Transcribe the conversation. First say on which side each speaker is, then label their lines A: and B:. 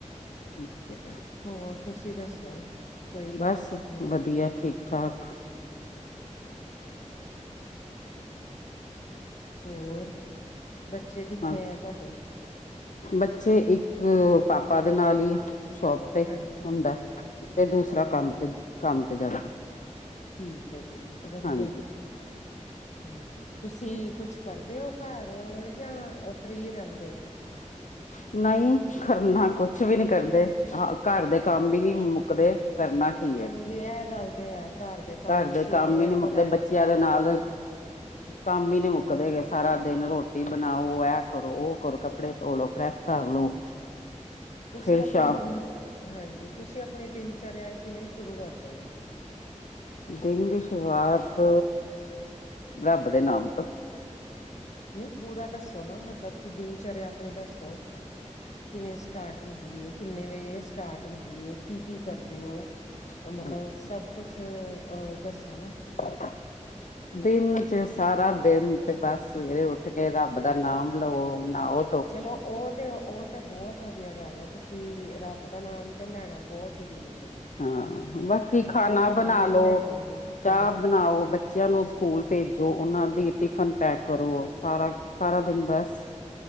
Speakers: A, on the left; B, on the left.
A: ਠੀਕ ਏ।
B: ਹੋਰ, ਤੁਸੀ ਦੱਸੋ? ਕੋਈ
A: ਬਸ,
B: ਹਮ
A: ਵਧੀਆ, ਠੀਕ-ਠਾਕ।
B: ਹੋਰ, ਬੱਚੇ ਕਿੱਥੇ
A: ਹਾਂਜੀ
B: ਐ ਤੁਹਾਡੇ?
A: ਬੱਚੇ ਇੱਕ, ਪਾਪਾ ਦੇ ਨਾਲ ਹੀ ਏ, ਸ਼ੋਪ ਤੇ
B: ਹਾਂਜੀ
A: ਹੁੰਦਾ। ਤੇ ਦੂਸਰਾ
B: ਹਾਂਜੀ
A: ਕੰਮ ਤੇ, ਕੰਮ ਤੇ ਜਾਂਦਾ।
B: ਠੀਕ ਐ ਜੀ, ਵਧੀਆ।
A: ਹਾਂਜੀ।
B: ਹਾਂਜੀ, ਤੁਸੀਂ ਕੁਛ ਕਰਦੇ ਹੋ? ਘਰ ਯਾਂ, ਫ੍ਰੀ ਰਹਿੰਦੇ ਹੋ?
A: ਹ <inaudible> ਨਹੀਂ ਕਰਨਾ ਕੁਛ ਵੀ ਨਹੀਂ ਕਰਦੇ, ਘਰ ਦੇ ਕੰਮ ਵੀ ਨਹੀਂ ਮੁੱਕਦੇ। ਕਰਨਾ ਕੀ
B: ਹਾਂਜੀ
A: ਏ,
B: ਇਹ ਗੱਲ ਤੇ ਹੈ ਦੇ
A: ਘਰ
B: ਸਵੇਰ
A: ਦੇ ਕੰਮ ਵੀ ਨਹੀਂ
B: ਤੋਂ
A: ਮੁੱਕਦੇ,
B: ਲੈ ਕੇ
A: ਬੱਚਿਆਂ
B: ਰਾਤ
A: ਦੇ ਨਾਲ
B: ਤੱਕ
A: ਕੰਮ ਹੀ ਨੀ ਮੁੱਕਦੇ
B: ਹਾਂਜੀ
A: ਹੈਗੇ। ਸਾਰਾ ਦਿਨ ਰ੍ਹੋਟੀ ਬਣਾਓ, ਐ ਕਰੋ, ਉਹ ਕਰੋ, ਕੱਪੜੇ ਧੋਲੋ, ਪ੍ਰੈਸ ਕਰ ਲੋ
B: ਹੂੰ, ਤੁਸੀਂ
A: ਫਿਰ
B: ਆਪਣੀ
A: ਸ਼ਾਮ
B: ਹਾਂਜੀ, ਤੁਸੀਂ ਆਪਣੀ ਦਿਨਚਰਿਆ ਕਿਵੇਂ ਸ਼ੁਰੂ ਕਰਦੇ ਓ?
A: ਦਿਨ ਦੀ ਸ਼ੁਰੂਆਤ, ਰੱਬ ਦੇ ਨਾਮ ਤੋਂ।
B: ਨਹੀਂ ਪੂਰਾ ਦੱਸੋ ਨਾ, ਮਤਲਬ ਕਿ ਦਿਨਚਰਿਆ ਆਪਣੀ ਦੱਸੋ? ਕਿਵੇਂ ਸਟਾਰਟ ਹੁੰਦੀ ਏ, ਕਿੰਨੇ ਵਜੇ ਸਟਾਰਟ ਹੁੰਦੀ ਏ, ਕੀ-ਕੀ ਕਰਦੇ ਓ?
A: ਹਾਂਜੀ
B: ਮਤਲਬ ਸਭ ਕੁਛ, ਅਹ ਦੱਸੋ ਨਾ?
A: ਹ <inaudible> ਦਿਨ'ਚ ਸਾਰਾ ਦਿਨ ਤੇ ਬਸ ਸਵੇਰੇ ਉੱਠਕੇ ਰੱਬ ਦਾ ਨਾਮ ਲਵੋ, ਨ੍ਹਾਓ
B: ਚਲੋ, ਉਹ ਤੇ ਉਹ ਤੇ ਬਹੁਤ ਵਧੀਆ ਗੱਲ ਐ, ਤੁਸੀਂ ਰੱਬ ਦਾ ਨਾਮ ਤੇ ਲੈਣਾ ਬਹੁਤ ਜਰੂਰੀ ਐ।
A: ਹਾਂ। ਬਾਕੀ ਖਾਣਾ ਬਣਾਲੋ,
B: ਨਹੀਂ ਲੈਵਾਂਗੇ
A: ਚਾਹ
B: ਹਾਂਜੀ
A: ਬਣਾਓ, ਬੱ ਬੱਚਿਆਂ ਨੂੰ ਸਕੂਲ ਭੇਜੋ, ਉਹਨਾਂ ਦੀ ਟਿਫਨ ਪੈਕ ਕਰੋ, ਸਾਰਾ-ਸਾਰਾ ਦਿਨ ਬਸ